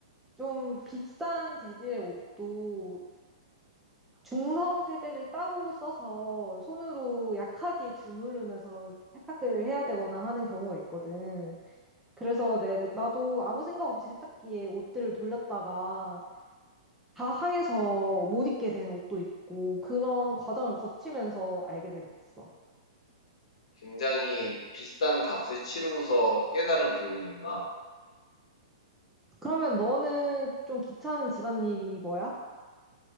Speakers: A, in the centre; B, on the left.
A: 좀 비싼 재질의 옷도 중성 세제를 따로 써서 손으로 약하게 주무르면서 세탁을 해야 되거나 하는 경우가 있거든. 그래서 내, 나도 아무 생각 없이 세탁기에 옷들을 돌렸다가 다 상해서 못 입게 된 옷도 있고 그런 과정을 거치면서 알게 되었어.
B: 굉장히 비싼 값을 치르고서 깨달은 교훈이구나.
A: 그러면 너는 좀 귀찮은 집안일이 뭐야?